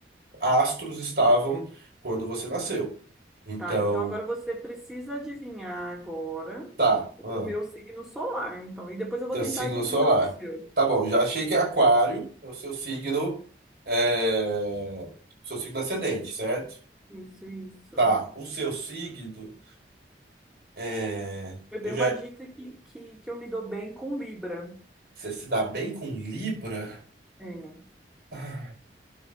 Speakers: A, on the right; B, in the centre.
A: astros estavam quando você nasceu. Então,
B: Tá, então agora você precisa adivinhar agora
A: tá,
B: o
A: ah,
B: meu signo solar, então. E depois eu vou
A: teu
B: tentar
A: signo
B: adivinhar
A: solar.
B: o seu.
A: Tá bom, já achei que é aquário, é o seu signo eh, seu signo ascendente, certo?
B: Isso, isso.
A: Tá, o seu signo é,
B: Eu
A: eu
B: dei
A: já
B: uma dica que, que, que eu me dou bem com Libra.
A: Você se dá bem com Libra?
B: É.
A: Ah,